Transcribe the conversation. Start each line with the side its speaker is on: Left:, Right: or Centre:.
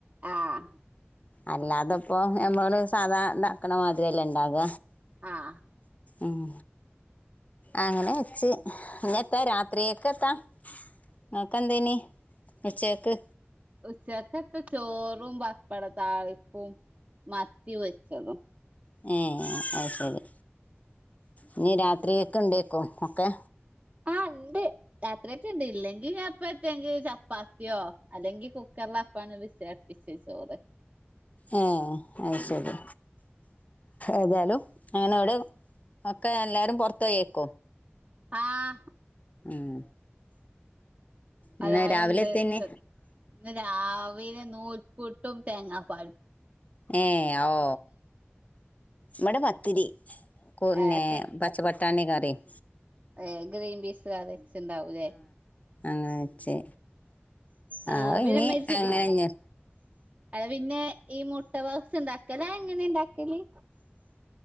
Right: ആഹ്
Left: അല്ലാതെപ്പോ നമ്മള് സാധാ ഇണ്ടാക്കണ മാതിരില്ലണ്ടാക
Right: ആഹ്
Left: ഉം അങ്ങനെ വെച്ച് ഇഞത്ത രാ ത്രീയേക്കത്താ ഇങ്ങക്കെന്തേനി ഉച്ചേക്ക്
Right: ഉച്ചേക്കത്ത ചോറും പപ്പട താളിപ്പും മത്തി പൊരിച്ചതും
Left: ഏഹ് അഹ് ശരി ഇനി രാത്രിയേക്ക് ഉണ്ടേക്കും ഒക്കെ
Right: അണ്ട് രാത്രിയെക്ക് ഉണ്ട് ഇല്ലെങ്കിൽ ഞാൻ അപ്പത്തെങ്കിൽ ചപ്പാത്തിയോ അല്ലെങ്കിൽ കുക്കറിലപ്പാണ് വിസ്ലടി പിസ്സി ചോറ്
Left: ആഹ് അത് ശരി ഏതാലും അങ്ങനോല് ഒക്കെ എല്ലാരും പൊർത്തോയെക്കും
Right: ആഹ്
Left: ഉം ഇന്ന്
Right: എല്ലാരും
Left: രാവിലെ
Right: ഉണ്ട്
Left: എത്തേനി
Right: ചെ ഇന്ന് രാവിലെ നൂൽപ്പുട്ടും തേങ്ങാപാലും
Left: ഏഹ് ആഹോ ഇവടെ പത്തിരി കോന്നെ
Right: ഏഹ്
Left: പ ചപട്ടാണി കറിയും
Right: ഏഹ് ഗ്രീൻപീസ് കറിച്ചുണ്ടാവുലേ
Left: അങ്ങനെച്ചേ ആ
Right: ആഹ് പിന്നെ
Left: ഇനി
Right: ഇമ്മച്ചി
Left: അങ്ങനെന്നെ
Right: അത് പിന്നെ ഈ മുട്ടപപ്സ് ഉണ്ടാക്കല് അത് എങ്ങനെ ഉണ്ടാക്കല്